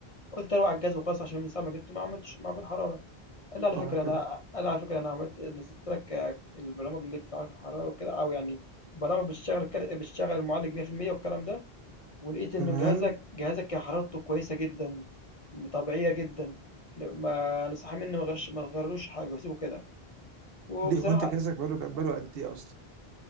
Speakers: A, on the left; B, on the right.
A: قلت اروح على الجهاز وخلاص عشان من ساعة ما جبته ما عملتش معجون حرارة قال لي على
B: صح
A: فكرة أنا
B: كده
A: قال لي على فكرة أنا عملت نزلت لك آه، البرامج اللي بتعرف الحرارة وكده أو يعني برامج بتشتغل الكر... بتشتغل المعالج 100% والكلام ده ولقيت
B: تمام
A: إن جهازك جهازك كان حرارته كويسة جدا طبيعية جدا لا- ما نصح مني ما غيرش ما غيرلوش حاجة وسيبه كده وبصراحة
B: ليه هو انت جهازك بقاله بقاله قد ايه اصلا؟